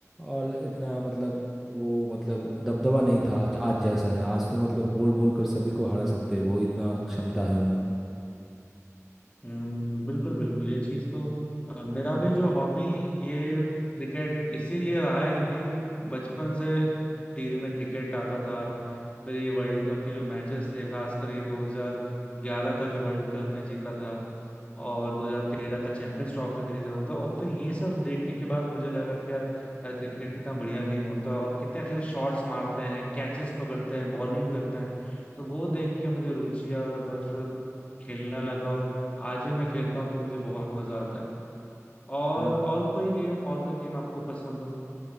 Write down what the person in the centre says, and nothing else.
और इतना मतलब वो मतलब दबदबा नहीं था आज आज जैसा है आज तो मतलब बोल बोल कर सभी को हरा सकते हैं वो इतना क्षमता है
उनमें